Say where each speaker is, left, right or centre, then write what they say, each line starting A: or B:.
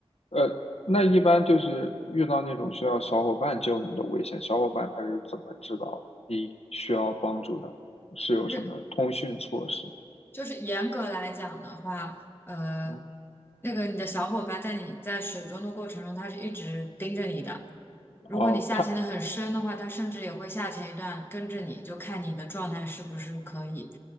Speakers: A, on the left (about 75°); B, on the left (about 20°).
A: 呃，那一般就是遇到那种需要小伙伴救你的危险，小伙伴他是怎么知道你需要帮助的？是有什么通讯措施？
B: 就是就是严格来讲的话，呃，
A: 嗯
B: 那个你的小伙伴在你在水中的过程中，他是一直盯着你的。如果你下潜的很深的话，
A: 哦，他
B: 他甚至也会下潜一段跟着你，就看你的状态是不是可以。